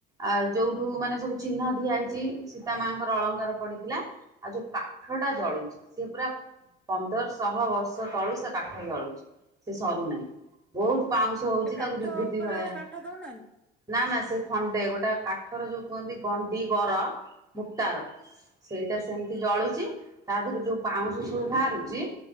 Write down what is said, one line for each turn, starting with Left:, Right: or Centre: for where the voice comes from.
Right: ଆ ଯୋଉଠୁ ମାନେ ସବୁ ଚିହ୍ନ ଦିଆ ହେଇଛି ସୀତା ମାଙ୍କର ଅଳଙ୍କାର ପଡିଥିଲା। ଆଉ ଯୋଉ କାଠ ଟା ଜଳୁଛି ସେ ପୁରା ପନ୍ଦରଶହ ବର୍ଷ ତଳୁ ସେ କାଠ ଜଳୁଛି। ସେ ସରୁ ନାହିଁ ବହୁତ ପାଉଁଶ ହଉଛି
Centre: ସେ କାଠ
Right: ତାକୁ ବିଭୂତି
Centre: ଉପରେ
Right: ଭଳିଆ
Centre: ଆଉ କାଠ ଦଉନାହାନ୍ତି?
Right: ନା ନା ସେ ଖଣ୍ଡେ ଗୋଟେ କାଠର ଯୋଉ କୁହନ୍ତି ଗଣ୍ଡି ଗର ମୁଟାର ସେଇଟା ସେମିତି ଜଳୁଛି ତା ଦେହରୁ ଯୋଉ ପାଉଁଶ ସବୁ ବାହାରୁଛି